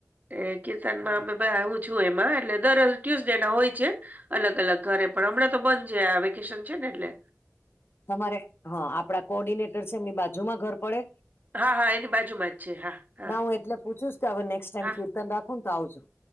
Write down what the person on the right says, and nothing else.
એ વેકેશનમાં
અમે માં આવું છું એમાં એટલે દર અલ્ટુયસ ડે ના હોય છે. અલગ અલગ ઘરે પણ હમણાં તો બંધ જ આ વેકેશન છે ને એટલે
હા હા એની બાજુ માં છે હા હા
હા.